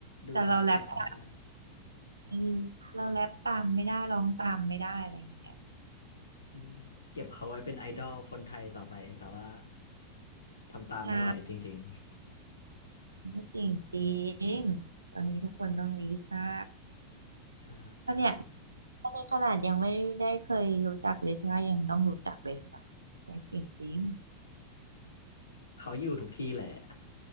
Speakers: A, on the left; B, on the right.
A: ดูได้แต่ไม่ได้
B: แต่เราแรปตามเออเราแรปตามไม่ได้ร้องตามไม่ได้อะไรอย่างเงี้ย
A: อืมเก็บเขาไว้เป็นไอดอลคนไทยต่อไปแต่ว่าทำตามไม่ไหวจริง
B: ใช่ก็เก่งจริงตอนนี้ทุกคนต้องลิซ่า
A: ๆใช่
B: ถ้าเนี่ยถ้าในขนาดยังไม่ได้เคยรู้จักลิซ่ายังต้องรู้จักเลยค่ะแกเก่งจริง
A: เขาอยู่ทุกที่แหละ